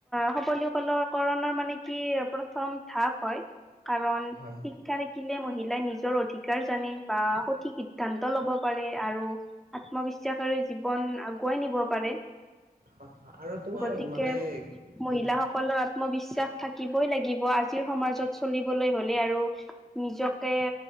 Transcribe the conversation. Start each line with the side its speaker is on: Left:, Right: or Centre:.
Centre: সবলীকৰণৰ মানে কি প্ৰথম ধাপ হয়। কাৰণ
Right: হয়
Centre: শিক্ষাৰে কি মহিলাই নিজৰ অধিকাৰ জানে বা সঠিক সিদ্ধান্ত ল'ব পাৰে আৰু আত্মবিশ্বাস বিশে জীৱন আগুৱাই নিব পাৰে
Right: হয় হয় আৰু তোমাৰ
Centre: গতিকে
Right: মানে
Centre: মহিলাাসকলৰ
Right: উম
Centre: আত্মবিশ্বাস থাকিব লাগিব আজিৰ সমাজত চলিবলৈ হলে আৰু নিজকে